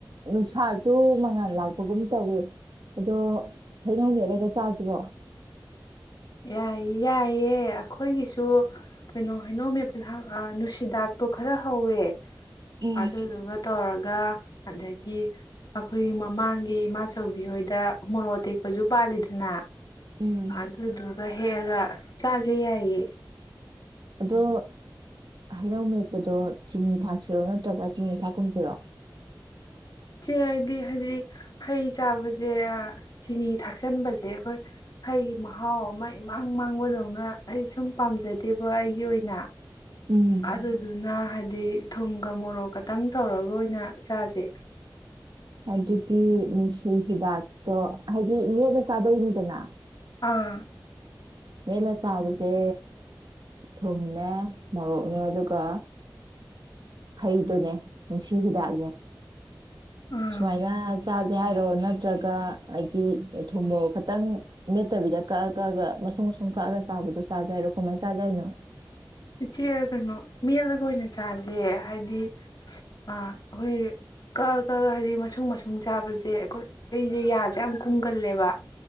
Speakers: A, on the right; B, on the left.
A: ꯅꯨꯡꯁꯥꯁꯨ ꯃꯉꯥꯜ ꯂꯥꯛꯄꯒꯨꯝ ꯇꯧꯏ ꯑꯗꯣ ꯍꯩꯅꯧ ꯃꯦꯠꯂꯒ ꯆꯥꯁꯤꯔꯣ?
B: ꯌꯥꯏ- ꯌꯥꯏꯌꯦ ꯑꯩꯈꯣꯏꯒꯤꯁꯨ ꯀꯩꯅꯣ ꯍꯥꯏꯩꯅꯧꯄ ꯅꯨꯡꯁꯤꯗꯥꯛꯇꯣ ꯈꯔ ꯍꯧꯋꯦ
A: ꯎꯝ
B: ꯑꯗꯨꯗꯨꯒ ꯇꯧꯔꯒ ꯑꯗꯒꯤ ꯑꯩꯈꯣꯏꯒꯤ ꯃꯃꯥꯡꯒꯤ ꯏꯃꯥꯆꯧꯕꯤ ꯍꯣꯏꯗ ꯃꯣꯔꯣꯛ ꯇꯦꯛꯄꯁꯨ ꯄꯥꯜꯂꯤꯗꯅ
A: ꯎꯝ
B: ꯑꯗꯗꯨꯒ ꯍꯦꯛꯑꯒ ꯆꯥꯥꯁꯦ ꯌꯥꯏꯌꯦꯦ
A: ꯑꯗꯣ ꯍꯩꯅꯧ ꯃꯌꯦꯛꯄꯗꯣ ꯆꯤꯅꯤ ꯊꯥꯛꯁꯤꯔꯣ ꯅꯠꯇ꯭ꯔꯒ ꯆꯤꯅꯤ ꯊꯥꯛꯀꯨꯝꯁꯤꯔꯣ
B: ꯁꯦ ꯍꯥꯏꯗꯤ ꯍꯥꯏꯗꯤ ꯍꯩ ꯆꯥꯕꯁꯦ ꯆꯤꯅꯤ ꯊꯥꯛꯆꯟꯕꯁꯦ ꯑꯩꯈꯣꯏ ꯍꯩꯒꯤ ꯃꯍꯥꯎ ꯑꯃ ꯏꯃꯥꯡ ꯃꯥꯡꯕꯗꯧꯅ ꯑꯩ ꯁꯨꯝ ꯄꯥꯝꯖꯗꯦꯕ ꯑꯩꯒꯤ ꯑꯣꯏꯅ
A: ꯎꯝ
B: ꯑꯗꯨꯗ ꯑꯗꯨ ꯅ ꯍꯥꯏ ꯍꯥꯏꯗꯤ ꯊꯨꯝꯒ ꯃꯣꯔꯣꯛ ꯈꯛꯇꯪ ꯇꯧꯔꯒ ꯑꯣꯏꯅ ꯆꯥꯁꯦ
A: ꯑꯗꯨꯗꯤ ꯅꯨꯡꯁꯤ ꯍꯤꯗꯥꯛꯇꯣ ꯍꯥꯏꯗꯤ ꯃꯦꯠꯅ ꯆꯥꯗꯣꯏꯅꯤꯗꯅ
B: ꯑꯥ
A: ꯃꯦꯂ ꯆꯥꯕꯁꯦ ꯊꯨꯝꯅꯦ ꯃꯣꯔꯣꯛꯅꯦ ꯑꯗꯨꯒ ꯍꯩꯗꯨꯅꯦ ꯁꯤꯗꯥꯛꯒ
B: ꯑꯥ
A: ꯁꯃꯥꯏꯒ ꯆꯥꯗꯦ ꯍꯥꯏꯔꯣ ꯅꯠꯇ꯭ꯔꯒ ꯍꯥꯏꯗꯤ ꯊꯨꯝꯃꯣ ꯈꯈꯤꯇꯪ ꯅꯦꯠꯇꯕꯤꯗ ꯀꯛꯑ ꯀꯛꯑꯒ ꯃꯁꯨꯡ ꯑꯁꯨꯝ ꯀꯛꯑꯒ ꯇꯥꯕꯗꯣ ꯆꯥꯗꯦ ꯍꯥꯏꯔꯣ ꯀꯃꯥꯏꯅ ꯆꯥꯖ ꯍꯥꯏꯅꯣ
B: ꯏꯆꯦ ꯀꯩꯅꯣ ꯃꯦꯠꯂꯒ ꯑꯣꯏꯅ ꯆꯥꯁꯦ ꯍꯥꯏꯗꯤ ꯑꯩꯈꯣꯏ ꯀꯛꯑ ꯀꯛꯑ ꯍꯥꯏꯕꯗꯤ ꯃꯨꯡ ꯃꯁꯨꯡ ꯆꯥꯕꯁꯦ ꯑꯩꯈꯣꯏ ꯑꯩꯁꯦ ꯌꯥꯁꯦ ꯌꯥꯝ ꯀꯨꯝꯒꯜꯂꯦꯕ